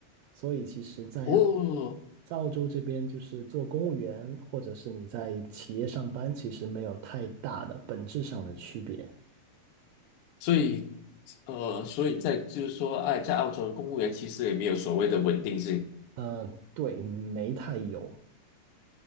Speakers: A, on the right (about 80°); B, on the left (about 75°).
A: 所以其实在，
B: 哦，
A: 在澳洲这边，就是做公务员或者是你在企业上班，其实没有太大的本质上的区别。
B: 所以，呃，所以在就是说，哎，在澳洲的公务员其实也没有所谓的稳定性，
A: 嗯，对，没太有。